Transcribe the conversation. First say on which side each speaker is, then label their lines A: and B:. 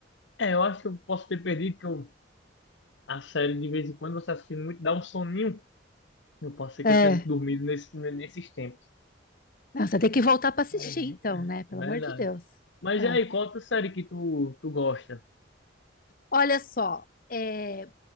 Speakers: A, on the left; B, on the left.
A: É, eu acho que eu posso ter perdido, que eu, a série de vez em quando você assistindo muito, dá um soninho. Eu posso ser
B: É.
A: que eu tenha dormido nesse, nesses tempos.
B: Nossa, tem que voltar para assistir
A: Mas,
B: então,
A: É
B: né? Pelo
A: é verdade.
B: amor de Deus.
A: Mas
B: É.
A: e aí, qual outra série que tu, tu gosta?
B: Olha só, é,